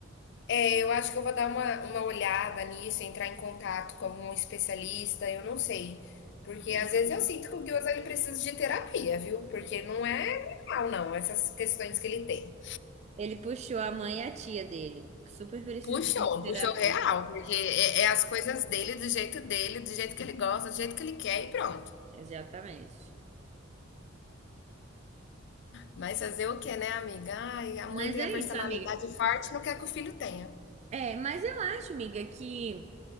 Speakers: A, on the left; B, on the right.
A: É, eu acho que eu vou dar uma, uma olhada nisso, entrar em contato com algum especialista, eu não sei. Porque
B: Uhum.
A: às vezes eu sinto que o Gyoza ele precisa de terapia, viu? Porque não é real, não, essas questões que ele tem.
B: Ele puxou a mãe e a tia dele. Super precisando
A: Puxou,
B: de terapia.
A: puxou real, porque é, é as coisas dele, do jeito dele, do jeito que ele gosta, do jeito que ele quer e pronto.
B: Exatamente.
A: Mas fazer o quê, né, amiga? Ai, a mãe
B: Mas
A: tem
B: é
A: a personalidade
B: isso, amiga.
A: forte, não quer que o filho tenha.
B: É, mas eu acho, amiga, que.